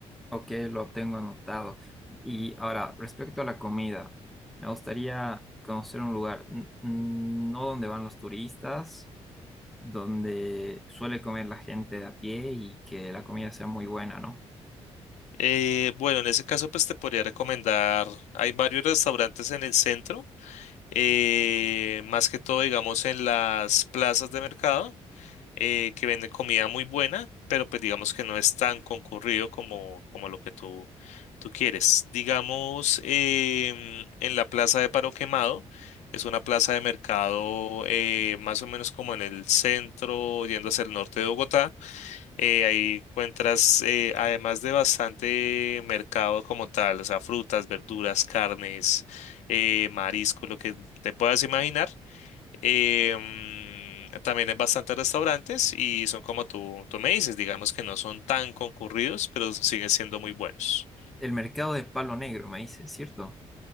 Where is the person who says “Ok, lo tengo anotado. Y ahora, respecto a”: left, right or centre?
Centre